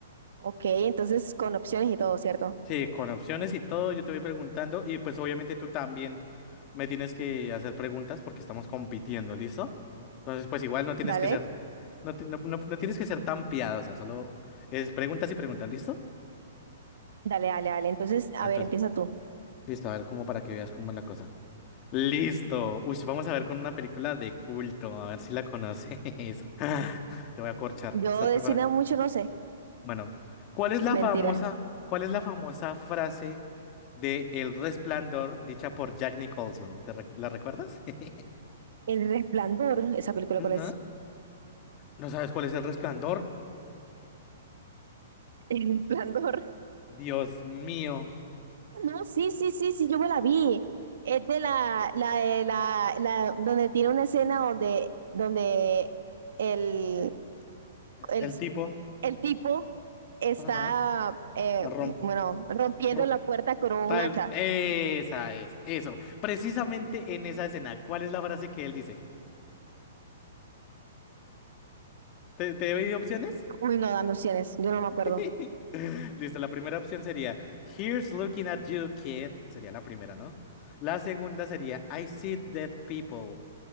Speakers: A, on the right (about 75°); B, on the left (about 30°).
A: Ok, entonces con opciones y todo, ¿cierto?
B: Sí, con opciones y todo, yo te voy preguntando y pues obviamente tú también me tienes que hacer preguntas porque estamos compitiendo, ¿listo? Entonces, pues igual no tienes
A: Dale,
B: que ser, no, ti- no, no- no tienes que ser tan piadosa, solo es preguntas y preguntas, ¿listo?
A: dale, dale, dale. Entonces, a
B: Entonces,
A: ver, empieza tú.
B: Listo, a ver cómo para que veas cómo es la cosa. Listo. Uy, sí, vamos a ver con una película de culto, a ver si la conoces. <laughs> Te voy a corchar.
A: Yo
B: ¿Estás
A: de
B: preparada?
A: cine mucho no sé.
B: Bueno, ¿cuál es la
A: Mentira.
B: famosa, cuál es la famosa frase de El Resplandor dicha por Jack Nicholson? ¿Te recu- la recuerdas? <laughs>
A: El Resplandor, esa película,
B: Ujú.
A: ¿cuál es?
B: ¿No sabes cuál es El Resplandor?
A: <laughs> El Resplandor.
B: Dios mío,
A: No, sí, sí, sí, sí, yo me la vi. Es de la, la de la, la, donde tiene una escena donde, donde el, el,
B: el tipo.
A: el tipo está,
B: Ajá.
A: eh,
B: Rom,
A: bueno, rompiendo
B: rom-
A: la puerta con un
B: Tal,
A: hacha.
B: esa es, eso. Precisamente en esa escena, ¿cuál es la frase que él dice? ¿Te, te doy opciones?
A: Uy, no, dame opciones, yo no me acuerdo.
B: <laughs> Listo, la primera opción sería Here's looking at you, kid. Sería la primera, ¿no? La segunda sería I see dead people.